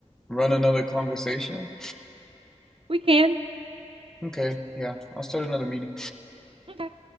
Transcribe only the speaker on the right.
we can.
Okay.